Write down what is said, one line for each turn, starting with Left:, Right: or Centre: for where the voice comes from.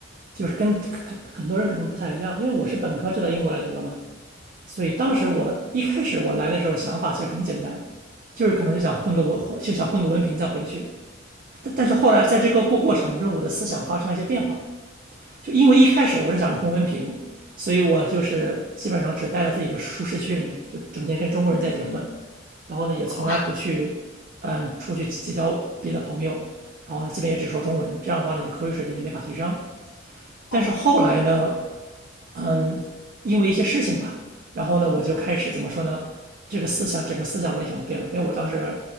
Right: 就是跟很很多人可能不太一样，因为我是本科就到英国来读了嘛，所以当时我的一开始我来的时候想法其实很简单，
Left: 哦，
Right: 就是可能就想混个文，就想混个文凭再回去。但但是后来在这个过过程中，我的思想发生了一些变化，就因为一开始我是想着混文凭，所以我就是基本上只待在自己的舒适区里面，就整天跟中国人在一起混，
Left: 嗯，
Right: 然后呢也从来不去，
Left: 哦
Right: 嗯，出去结交别的朋友，然后呢基本也只说中文，这样的话你的口语水平就没法提升。但是后来呢，
Left: <laughs> 哦
Right: 嗯，因为一些事情吧，然后呢，我就开始怎么说呢？这个思想，整个思想的立场都变了。因为我当时